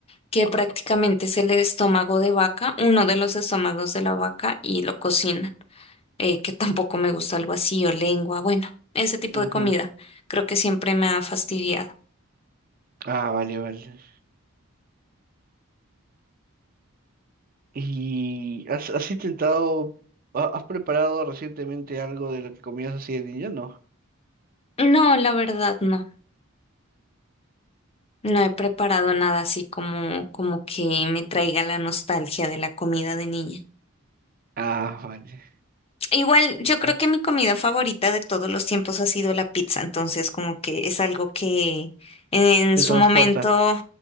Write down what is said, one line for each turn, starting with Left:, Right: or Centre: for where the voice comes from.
Left: que prácticamente es el estómago de vaca, uno de los estómagos de la vaca y lo cocinan, eh, que tampoco me gusta algo así o lengua, bueno, ese tipo
Right: Ujú.
Left: de comida creo que siempre me ha fastidiado.
Right: Ah, vale, vale. ¿Y has, has intentado, ha- has preparado recientemente algo de lo que comías así de niño? No.
Left: No, la verdad no, no he preparado nada así como, como que me traiga la nostalgia de la comida de niña.
Right: Ah, vale.
Left: Igual,
Right: Listo.
Left: yo creo que mi comida favorita de todos los tiempos ha sido la pizza, entonces como que es algo que en
Right: Te
Left: su
Right: transporta.
Left: momento,